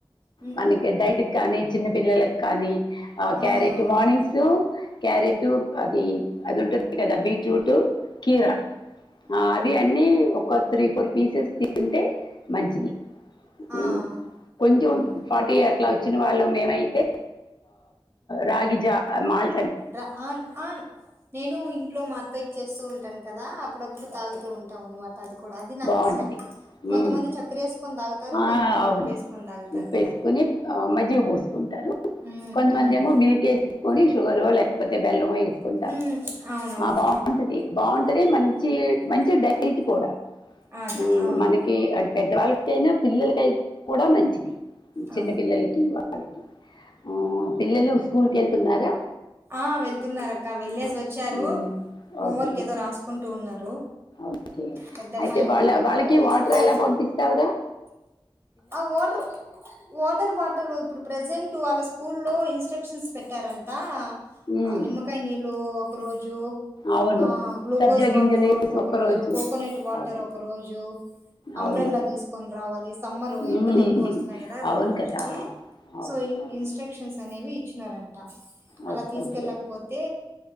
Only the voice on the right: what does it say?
హ్మ్.
అవునవును.
ఆ!
హ్మ్.
రా ఆన్, ఆన్, నేను, ఇంట్లో, మా అత్తకి, చేస్తూ ఉ. కదా, అప్పుడప్పుడు తాగుతూ ఉంటాం అన్నమాట, అది. కూడా. అది నాకిష్టం.
కొంతమంది
చక్కెరేసుకొని తాగుతారు.
కొంతమంది
ఉప్పేసుకొని తాగుతారు
కదా!
హ్మ్.
హ్మ్.
హ్మ్ అవునవును.
అదా
అవును.
ఆ!
ఆ వెళ్తున్నారు అక్క వెళ్ళసి వచ్చారు
హోంవర్క్
ఏదో రాసుకుంటూ ఉన్నారు.
పెద్ద అమ్మాయి
ఒక
అమ్మాయి
డ్రాయింగ్ వేసుకుంటా
ఆ వాటర్ వాటర్ బాటిల్ ఇప్పుడు ప్రజెంట్ వాళ్ళ స్కూల్లో ఇన్స్ట్రక్షన్స్ పెట్టారంట
ఆ నిమకాై నీళ క్క రోజు
ఆ గ్లూకోజ్
వాటర్
ఒక
రోజు కోకోనట్ వాటర్
ఒక రోజు అబ్రెల్లా
తీసుకని రావాలి సమ్మర్
ఎండలు ఎక్కువ వస్తున్నాయి కదా
రోజు రోజుకి
సో
ఇన్స్ట్రక్షన్స్. అనేవి ఇచ్చినారంట
అలా తీసుకెళ్ళకపోతే